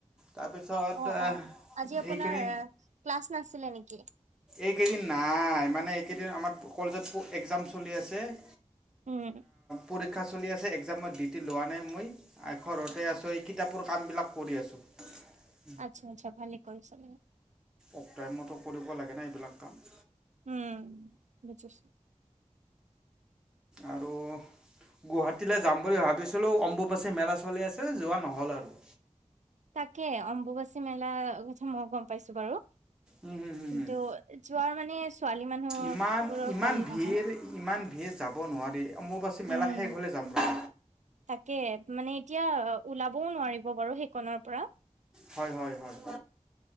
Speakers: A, in the centre; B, on the right.
A: তাৰপিছত
B: অ', অ', আজি আপোনাৰ
A: সেইখিনি
B: ক্লাছ নাছিলে নেকি
A: এইকেইদিন নাই মানে এইকেইদিন আমাৰ কলেজত একজাম চলি আছে অ
B: উম,
A: পৰীক্ষা চলি আছে এক্জামত ডিউটি লোৱা নাই মই ঘৰতে আছোঁ এই কিতাপৰ কামবিলাক কৰি আছোঁ <unintelligible>
B: আচ্ছা আচ্ছা ভালে কৰিছাঁ
A: অফ টাইমত কৰিব লাগে না এইবিলাক কাম
B: উম বুজিছোঁ
A: আৰু গুৱাহাটীলৈ যাম বুলি ভাবিছিলোঁ অম্বুবাচী মেলা চলি আছে যোৱা নহ'ল আৰু
B: তাকে অম্বুবাচী মেলাৰ কথা মই গম পাইছোঁ বাৰু
A: উম হুম হুম
B: কিন্তু
A: হুম
B: যোৱাৰ মানে ছোৱালী মানুহ
A: ইমান
B: বোৰৰ
A: ইমান
B: ভাল
A: ভিৰ
B: নহয়
A: ইমান ভিৰ যাব নোৱাৰি অম্বুবাচী মেলা
B: উম।
A: শেষ হ'লে যাম ন
B: তাকে, মানে এতিয়া ওলাবও নোৱাৰিব বাৰু সেইকনৰ পৰা।
A: হয় হয় হয়।